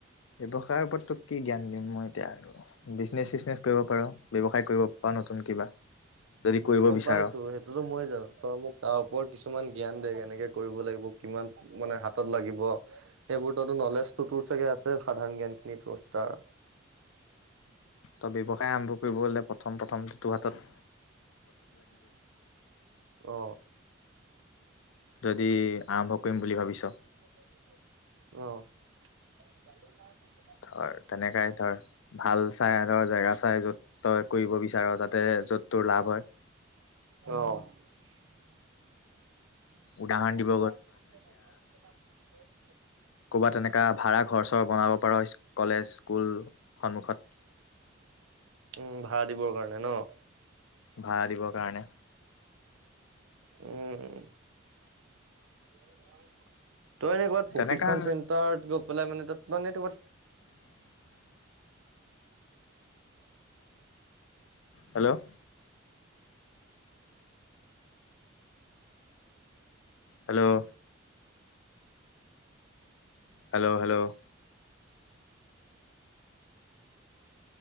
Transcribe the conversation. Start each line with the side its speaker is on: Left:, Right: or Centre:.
Left: ব্যৱসায়ৰ ওপৰত তোক কি জ্ঞান দিম মই এতিয়া ৰ বিজনেচ চিজনেছ কৰিব পাৰ ব্যয়ৱসায় কৰিব পাৰ নতুন কিবা যদি কৰিব
Right: গম
Left: বিচাৰ
Right: পাইছো সেইটোতো মই জানো তই মোক তাৰ ওপৰত কিছু কিছুমান জ্ঞান দে কেনেকে কৰিব লাগিব কিমান মানে হাতত লাগিব সেইবোৰততো নলেজটো টোৰ চাগে আছে সাধাৰণ জ্ঞান খিনি টোৰ তাৰ
Left: ত' ব্যৱসায় আৰম্ভ কৰিব হ'লে প্ৰথম প্ৰথম তোৰহাতত
Right: অ
Left: যদি আৰম্ভ কৰিম বুলি ভাবিছ
Right: অহ
Left: ধৰ তেনেকাই ধৰ ভাল চাই ধৰ জেগা চাই য'ত তই কৰিব বিচাৰ যাতে য'ত তোৰ লাভ হয়
Right: অ <inaudible>
Left: উদাহৰণ দিব ক'বাত তেনেকা ভাড়া ঘৰ চৰ বনাব পাৰ কলেজ স্কুল সন্মুখত
Right: উম ভাড়া দিবৰ কাৰণে ন
Left: ভাড়া দিবৰ কাৰণে
Right: উম তই এনে ক'ৰবাত প্ৰশিক্ষণ
Left: তেনেকা
Right: চেণ্টাৰত গৈ পেলাই মানে তাত মানে
Left: hello hello hello hello